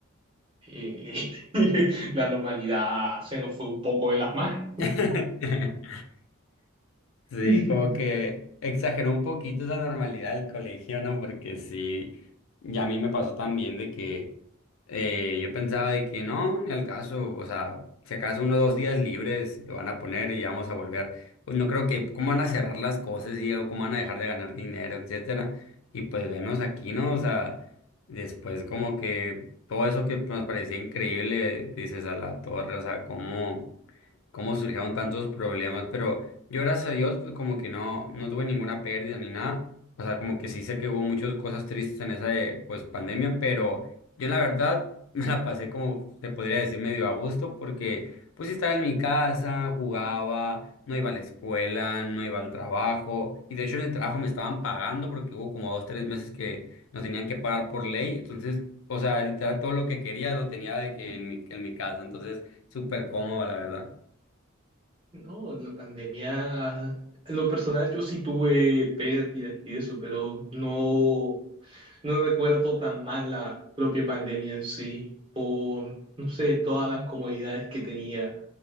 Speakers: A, on the right; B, on the left.
A: Eh, <laughs> la normalidad se nos fue un poco de las manos.
B: <laughs> Sí,
A: <laughs>
B: como que exageró un poquito esa normalidad del colegio, ¿no? Porque sí, ya a mí me pasó también de que eh, yo pensaba de que no, ni al caso, o sea, si acaso uno o dos días libres lo van a poner y vamos a volver. Pues no creo que, ¿cómo van a cerrar las cosas y o cómo van a dejar de ganar dinero, etcétera? Y pues venos aquí, ¿no? O sea, después como que todo eso que nos parecía increíble, dices a la torre, o sea, cómo cómo surgieron tantos problemas, pero yo gracias a Dios pues como que no, no tuve ninguna pérdida ni nada, o sea, como que sí sé que hubo muchas cosas tristes en esa eh, pues pandemia, pero yo en la verdad <laughs> me la pasé como se podría decir medio a gusto porque pues sí estaba en mi casa, jugaba, no iba a la escuela, no iba al trabajo y de hecho en el trabajo me estaban pagando porque hubo como dos, tres meses que nos tenían que pagar por ley, entonces, o sea, literal todo lo que quería lo tenía de que en mi, en mi casa, entonces súper cómodo la verdad.
A: No, la pandemia, en lo personal yo sí tuve pérdidas y eso, pero no No recuerdo tan mal la propia pandemia en sí, por, no sé, todas las comodidades que tenía